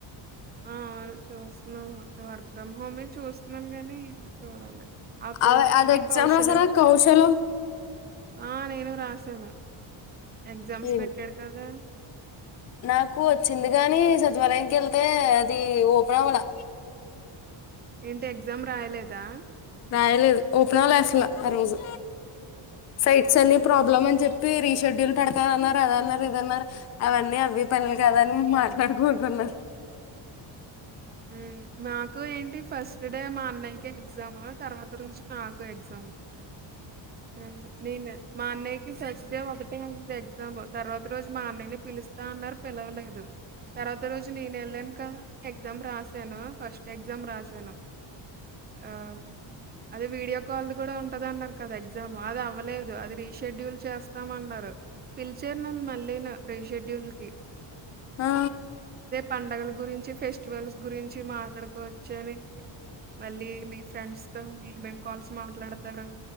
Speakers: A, on the right; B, on the left.
A: అ అవును చూస్తున్నా వర్క్ ఫ్రమ్ హోమ్ చూస్తున్నాను గానీ చూడాలి అప్పుడు
B: అవి
A: ఏంటి
B: అది ఎగ్జామ్
A: కౌశలం
B: రాసారా కౌశలం
A: ఆ నేను రాసాను ఎగ్జామ్స్
B: ఏం
A: పెట్టాడు కదా
B: నాకు వచ్చింది గాని నీ సచివాలయంనికి వెళ్తే అది ఓపన్ అవ్వలా
A: ఏంటి ఎగ్జామ్ రాయలేదు దా
B: రాయలేదు ఓపెన్ అవ్వాలే అసలు ఆ రోజు సైట్స్ అన్ని
A: ఉమ్,
B: ప్రాబ్లమ్ అని చెప్ రీ రీ షెడ్యూల్ పెడతాన్నారు అదన్నారు ఇదన్నారు అవన్నీ అవె పనులు గాదు అని మాట్లాడుకుంటన్నారు
A: ఉమ్ మా కు ఏంటి ఫస్ట్ డే మాన్ నైకే ఎగ్జామా తర్వాత రోజు నాకు ఎగ్జామ్ ఆ నేనా మా అన్నయ్యకి సచ్చదేవ్ ఒకటే ఉన్నది దాము తర్వాత రోజు మా అన్నయ్య నీ పిలూస్ తా అన్నారు పిలువలేదు తర్వాత రోజు నేను వెళ్ళాను కదా ఎగ్జామ్ రాసాను ఫస్ట్ ఎగ్జామ్ రాసాను ఆ అదే వీడియో కాల్ గుడా ఉంటది అన్నారు కదా ఎగ్స్ ఎగ్జామ్ అది అవ్వలేదు అది రీషెడ్యూల్ చేస్తామన్నారు పిలిచారు నన్ను మళ్ళీ ను రీషెడ్యూల్ కి
B: ఆ
A: పండగల గురించి ఫెస్టివల్స్ గురించి మాట్లాడుకోవచ్చు అని మళ్ళీ మీ ఫ్రెండ్స్ తో ఎమ్ ఎమ్ కాల్స్ మాట్లాడతారు